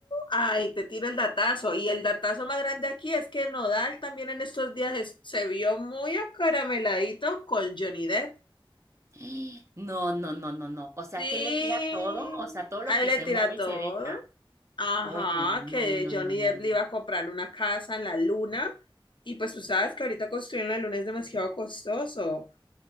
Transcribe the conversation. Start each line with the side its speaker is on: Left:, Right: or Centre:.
Left: Ay, te tiro el datazo. Y el datazo más grande aquí es que Nodal también en estos días es- se vio muy acarameladito con Johnny Depp.
Right: <gasps> No, no, no, no, no. O sea,
Left: Sí,
Right: que le tira todo, o sea, todo lo
Left: ahí
Right: que
Left: le
Right: se
Left: tira
Right: mueve
Left: todo.
Right: y se deja.
Left: Ajá,
Right: Oye, no,
Left: que
Right: no,
Left: Johnny
Right: no, no,
Left: Depp
Right: no.
Left: le iba a comprar una casa en la luna y pues tú sabes que ahorita construir en la luna es demasiado costoso